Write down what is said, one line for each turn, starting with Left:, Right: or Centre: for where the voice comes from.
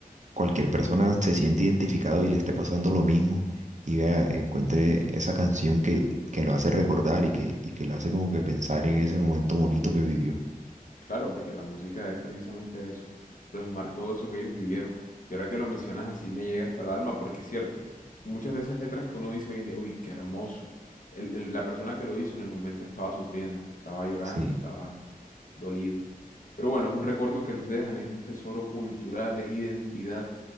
Right: cualquier persona se siente identificado y le esté pasando lo mismo y vea, encuentre esa canción que, que lo hace recordar y que, y que lo hace como que pensar en ese momento bonito que vivió.
Left: Claro, porque la música es precisamente eso, plasmar todo eso que ellos vivieron. Y ahora que lo mencionas así me llega hasta el alma, porque es cierto, muchas de esas letras que uno dice hoy en día, uy, qué hermoso. el- el- la persona que lo hizo en el momento estaba sufriendo, estaba llorando,
Right: Sí,
Left: estaba dolido. Pero bueno, es un recuerdo que nos dejan, es un tesoro cultural, es identidad